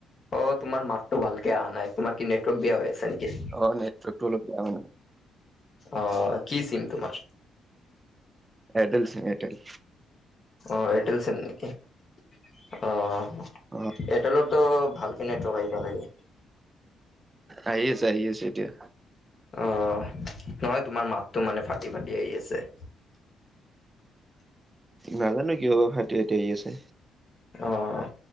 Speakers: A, on the left; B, on the right.
A: অ' তোমাৰ মাতটো ভাল কে অহা নাই, তোমাৰ কি নেটৱৰ্ক বেয়া হৈ আছে নেকি?
B: অ' নেৱৰ্কটো অলপ বেয়া মানে।
A: অ', কি চিম তোমাৰ?
B: Airtel SIM Airtel.
A: অ' এয়াৰটেল চিম নেকি অ'
B: অ
A: এয়াৰটেলৰতো ভালকে নেটৱৰ্ক আহিব লাগে।
B: আহি আছে আহি আছে এতিয়া।
A: অঁ নহয় তোমাৰ মাতটো মানে ফাটি ফাটি আহি আছে।
B: নাজানো কি বা ফাটি ফাটি আহি আছে।
A: অহ